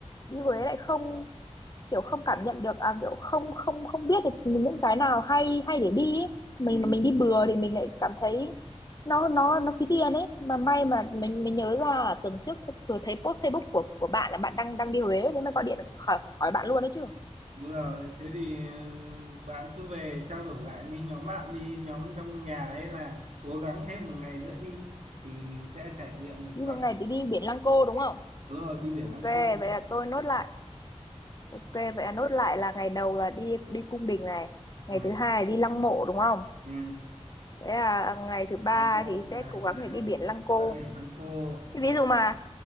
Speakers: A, on the left (about 35°); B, on the right (about 80°).
A: đi Huế lại không kiểu không cảm nhận được à, kiểu không không không biết được những cái nào hay hay để đi ấy. mình
B: ừ,
A: mà mình đi bừa thì mình lại cảm thấy nó nó nó phí tiền ấy mà may mà mình mình nhớ ra là tuần trước th- vừa thấy post Facebook của của bạn là bạn đang đang đi Huế thế mà gọi điện khỏi hỏi bạn luôn đấy chứ
B: đúng rồi thế thì ừ, bạn cứ về trao đổi lại với nhóm bạn đi nhóm trong nhà đấy là cố gắng thêm một ngày nữa đi thì mình sẽ trải nghiệm được
A: đi
B: toàn
A: một ngày
B: bộ.
A: thì đi biển Lăng Cô đúng không
B: đúng rồi đi biển
A: Ok,
B: Lăng Cô
A: vậy là tôi nốt lại. Ok, vậy là nốt lại là ngày đầu là đi đi cung đình này,
B: ừ,
A: ngày thứ hai là đi lăng mộ đúng không?
B: ừ.
A: Thế là ngày thứ ba
B: Nếu mà
A: thì
B: là
A: sẽ cố gắng để
B: ra,
A: đi biển Lăng Cô.
B: ra biển Lăng Cô ừ.
A: Thì ví dụ mà